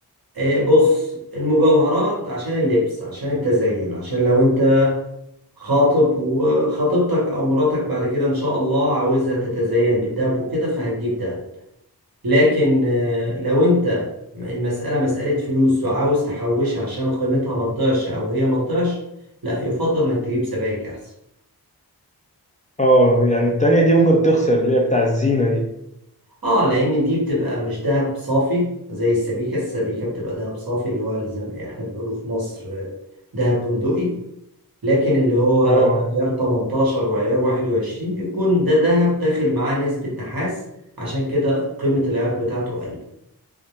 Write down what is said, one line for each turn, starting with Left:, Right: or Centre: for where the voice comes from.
Right: آه بص المجوهرات عشان اللبس عشان التزين عشان لو انت خاطب وخطيبتك او مراتك بعد كده ان شاء الله عاوزها تتزين بالدهب وكده فهتجيب ده لكن آه، لو انت المسألة مسألة فلوس وعاوز تحوشها عشان قيمتها ما تضيعش او هي ما تضيعش لا يفضل انك تجيب سبائك احسن
Left: اه يعني التانية دي ممكن تخسر اللي هي بتاع الزينة دي
Right: اه لان دي بتبقى مش دهب صافي زي السبيكة السبيكة بتبقى دهب صافي اللي هو زي ما احنا بنقوله في مصر آه، دهب بندقي لكن اللي هو
Left: اه
Right: آه. عيار 18 وعيار 21 بيكون ده ذهب داخل معاه نسبة نحاس عشان كده قيمة العيار بتاعته قل